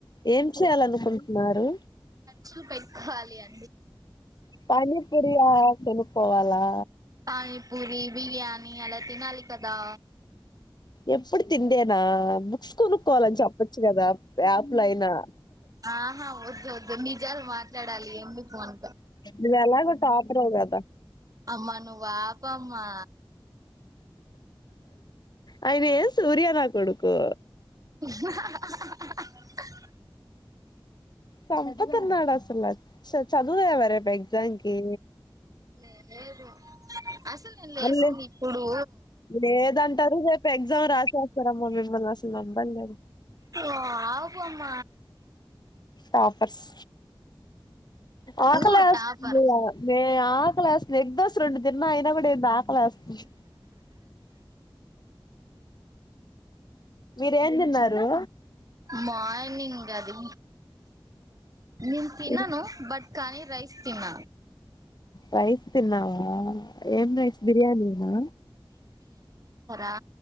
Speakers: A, on the left; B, on the right.
A: ఏం చేయాలనుకుంటున్నారు
B: చూపెట్కోవాలి అన్
A: పానీపూరి ఆ కొనుకోవాలా
B: పానీపూరి బిర్యాణి అలా తినాలి కదా
A: ఎప్పుడు తిండేనా బుక్స్ కొనుక్కోవాలని చెపోచ్చు కదా ప్యాప్ల అయినా
B: ఆహా వద్దు వద్దు నిజాలు మాట్లాడాలి ఎందుకు మన
A: నువ్వు ఎలాగో టాపరవ్ కదా
B: అమ్మా నువ్వు ఆపమ్మా
A: అయిన ఏ సూర్యనా కొడుకు
B: <unintelligible>
A: సంపుతన్నాడు అసల చ చదువుదవరేప్ ఎగ్జామ్కి
B: లేదు అసలు నేను లేసింది
A: మళ్ళీ
B: ఇప్పుడు
A: లేదంటారు రేపు ఎగ్జామ్ రాసేస్తారమ్మ మిమ్మల్ని అసలు నమ్మను నేను
B: నువ్వు ఆపమ్మ
A: టాపర్స్ ఆకలేస్తంది
B: నువ్వు టాపర్
A: మే ఆకలేస్తుండు ఎగ్ దోశ రెండు తిన్నా అయినా కూడా ఏంది ఆకలేస్తుంది మీరేం తిన్నరు
B: మార్నింగ్ అది నిన్ తిన్నాను
A: ఏం
B: బట్ కాని రైస్ తిన్న
A: రైస్ తిన్నవా ఎమ్ రైస్ బిర్యానీనా
B: ఆ